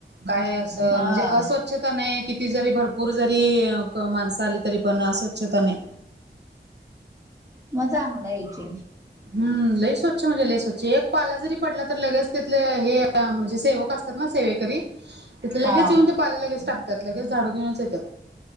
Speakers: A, on the right (about 65°); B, on the right (about 15°).
A: काय असं
B: हा
A: म्हणजे अस स्वच्छता नाही किती जरी भरपूर जरी माणसं आली तरी पण स्वच्छता नाही.
B: मा चांगला याची.
A: हम् लई स्वच्छ म्हणजे लई स्वच्छ एक पाला जरी पडला तर लगेच तिथलं हे म्हणजे. सेवक असतात ना सेवेकरी ते लगेच
B: हा
A: येऊन ते पाले लगेच टाकतात लगेच झाडू घेऊनच येतात